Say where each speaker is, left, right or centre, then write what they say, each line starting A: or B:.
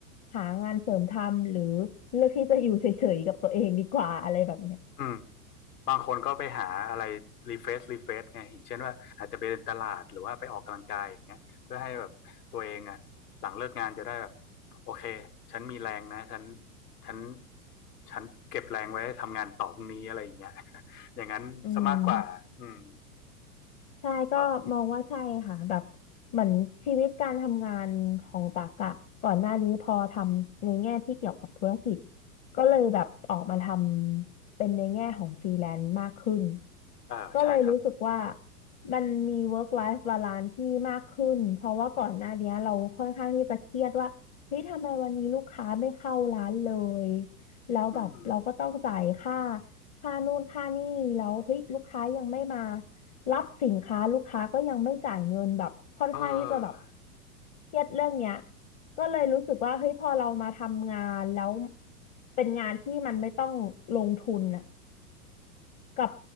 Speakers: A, on the left (about 40°); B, on the left (about 70°).
A: หางานเสริมทำหรือเลือกที่จะอยู่เฉยๆกับตัวเองดีกว่าอะไรแบบเนี้ย
B: อืมบางคนก็ไปหาอะไรรีเฟรชรีเฟรชไงอย่างเช่นว่าอาจจะไปเดินตลาดหรือว่าไปออกกำลังกายอย่างเงี้ยเพื่อให้แบบตัวเองอ่ะหลังเลิกงานจะได้แบบโอเคฉันมีแรงนะฉันฉันฉันเก็บแรงไว้ทำงานต่อพรุ่งนี้อะไรอย่างเงี้ย <laughs> อย่างนั้นซะมากกว่าอืม
A: อืมใช่ก็มองว่าใช่ค่ะแบบเหมือนชีวิตการทำงานของตักอะก่อนหน้านี้พอทำในแง่ที่เกี่ยวกับธุรกิจ
B: ก็
A: ก็เลยแบบออกมาทำเป็นในแง่ของฟรีแลนซ์มากขึ้น
B: เออใช่ครับ
A: ก็เลยรู้สึกว่ามันมี work life balance ที่มากขึ้นเพราะว่าก่อนหน้านี้เราค่อนข้างที่จะเครียดว่าเฮ้ยทำไมวันนี้ลูกค้าไม่เข้าร้านเลยแล้วแบบเราก็ต้องจ่ายค่า
B: อืม
A: ค่านู่นค่านี่แล้วเฮ้ยลูกค้ายังไม่มา รับสินค้าลูกค้าก็ยังไม่จ่ายเงินแบบค่อนข้างที่จะแบบ
B: เออ
A: เครียดเรื่องเนี้ยก็เลยรู้สึกว่าเฮ้ยพอเรามาทำงานแล้วเป็นงานที่มันไม่ต้องลงทุนน่ะกับ